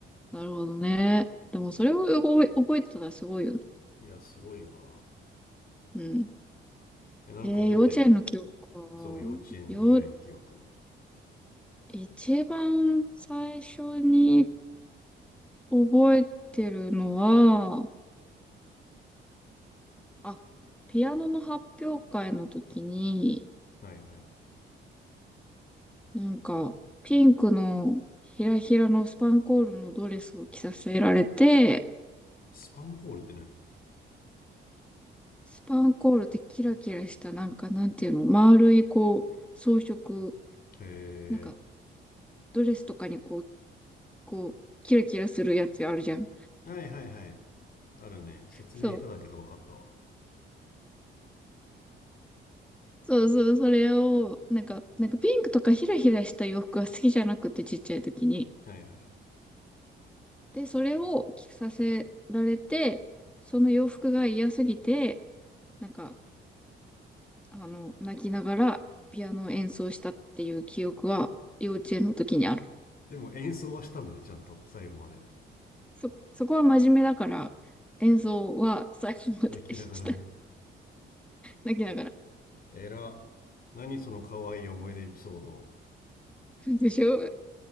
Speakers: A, in the centre; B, on the left.
A: なるほどね。でもそれを覚え、覚えてたらすごいよね。
B: いやすごいよな
A: うん。
B: えなんか覚えてんの
A: えー、幼稚園の記憶か。
B: そう幼稚園ぐらいの記憶
A: よ、一番最初に覚えてるのは、あ、ピアノの発表会の時に、
B: はいはい
A: なんか、ピンクのひらひらのスパンコールのドレスを着させられて、
B: スパンコールって何へ
A: スパンコールってキラキラした、なんか、なんていうの、丸い、こう、装飾、
B: え
A: なんか、ドレスとかにこう、こう、キラキラするやつあるじゃん。
B: はいはいはい。あるね。説明下手だけど分かったわ。
A: そう。
B: は
A: そうそう、それを、なんか、なんかピンクとかヒラヒラした洋服が好きじゃなくて、ちっちゃい時に。
B: いはいはい。
A: で、それを着させられて、その洋服が嫌すぎて、なんか、あの、泣きながらピアノを演奏したっていう記憶は、幼稚園の時にある。
B: でも演奏はしたんだね、ちゃんと。最後まで。
A: そ、そこは真面目だから、演奏は最後までした。
B: 泣きながらね。
A: 泣きながら。
B: えら。何その可愛い思い出エピソード。
A: でしょ